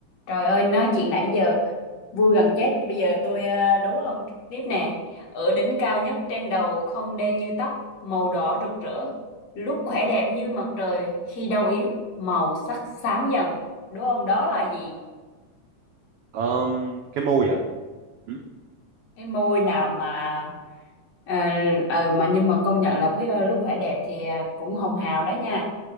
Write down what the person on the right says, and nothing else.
Ờm, cái môi à? Ừ,